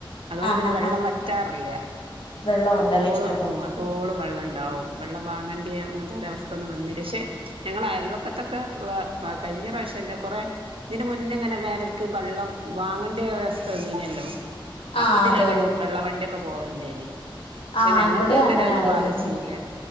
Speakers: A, on the right; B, on the left.
A: അതോണ്ട്
B: ആഹ്
A: പിന്നെ
B: ആഹ്
A: വെള്ളം
B: ആഹ്
A: വറ്റാറില്ല
B: വെള്ളം ഉണ്ടല്ലേ
A: എപ്പോളും
B: ഇഷ്ടം പോലെ
A: ഉം എപ്പോളും വെള്ളംണ്ടാവും വെള്ളം വാങ്ങേണ്ട്യെ അങ്ങൻത്തെരവസ്ഥ ഒന്നും വന്നില്ല പക്ഷെ ഞങ്ങളെ അയൽവക്കത്തൊക്കെ വ പ കഴിഞ്ഞ പ്രാവശ്യംല്ല കൊറെ ഇതിന് മുന്നെങ്ങനെ വേനൽക്ക് വെള്ളം വാങ്ങേണ്ടിഒരവസ്ഥ വന്നീനല്ലോ അപ്പതില
B: ആഹ് അതെ
A: വ
B: അതെ
A: വെള്ള വണ്ടിയൊക്കെ പോവൽണ്ടേയ്നി ക്ഷെ
B: ആഹ്
A: ഞങ്ങൾക്ക്
B: ഇവിടെ
A: ഇതുവരെ
B: അങ്ങനെ
A: ഒന്നും
B: ആയിരുന്നു
A: ബാധിച്ചില്ല